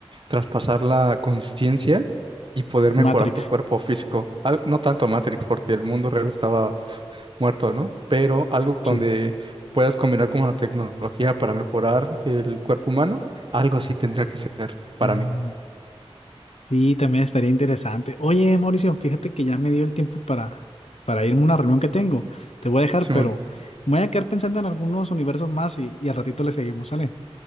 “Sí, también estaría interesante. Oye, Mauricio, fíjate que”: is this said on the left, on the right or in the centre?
Left